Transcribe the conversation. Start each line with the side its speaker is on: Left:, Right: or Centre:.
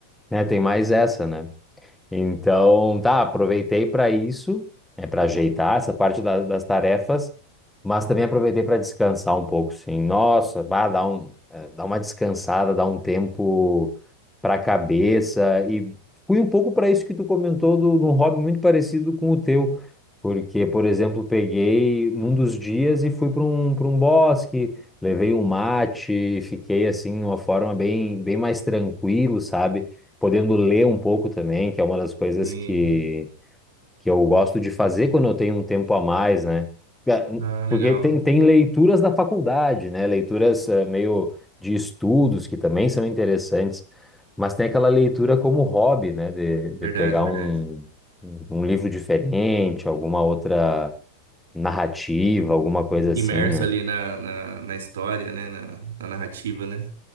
Centre: Né, Tem mais essa, né? Então, tá, aproveitei para isso, é para ajeitar essa parte da- das tarefas, mas também aproveitei para descansar um pouco, sim. Nossa, bah, dá um, eh, dá uma descansada, dá um tempo para a cabeça e fui um pouco para isso que tu comentou do, de um hobby muito parecido com o teu, porque, por exemplo, peguei num dos dias e fui para um, para um bosque, levei um mate, fiquei assim numa forma bem, bem mais tranquilo, sabe? podendo ler um pouco também, que é uma das coisas
Right: Sim.
Centre: que, que eu gosto de fazer quando eu tenho um tempo a mais, né? Ga- hum,
Right: Ah, legal.
Centre: Porque tem, tem leituras da faculdade, né? Leituras eh, meio de estudos que também são interessantes, mas tem aquela leitura como hobby, né? De, de
Right: Verdade,
Centre: pegar
Right: verdade.
Centre: um, um um livro diferente, alguma outra narrativa, alguma coisa
Right: Fica
Centre: assim,
Right: imerso
Centre: né?
Right: ali na, na, na história, né? Na, na narrativa, né?